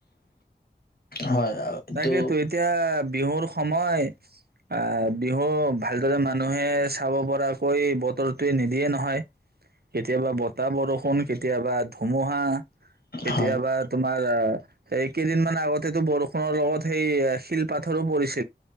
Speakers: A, on the left; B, on the right.
A: হয়। অ, এইটো
B: তাকেইেতো এতিয়া বিহুৰ। সময়। অ', বিহু অ', ভালদৰে মানুহে চাব পৰাকৈ বতৰটোৱে নিদিয়ে নহয় কেতিয়াবা বতাহ, বৰষুণ কেতিয়াবা ধুমুহা। কেতিয়াবা
A: হয়।
B: তোমাৰ অ', এই কেইদিনমান আগত। টো বৰষ নৰ লগত সেই শিল পাথৰো পৰিছিল।